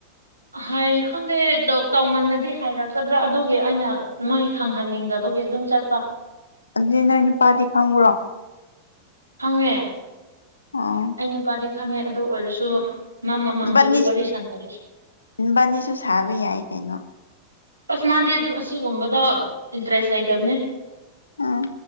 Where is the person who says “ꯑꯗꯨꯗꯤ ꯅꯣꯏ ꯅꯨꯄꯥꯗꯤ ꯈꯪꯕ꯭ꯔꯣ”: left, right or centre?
Left